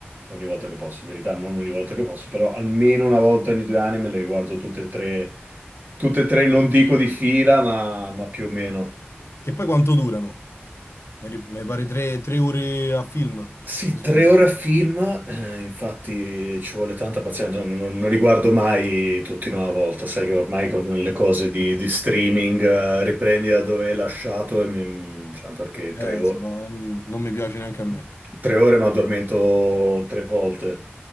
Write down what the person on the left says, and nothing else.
Che poi quanto durano? Mi ri- mi pare tre, tre ore a film,
o sbaglio.
Eh,
sì, no, mm, non mi piace neanche a me.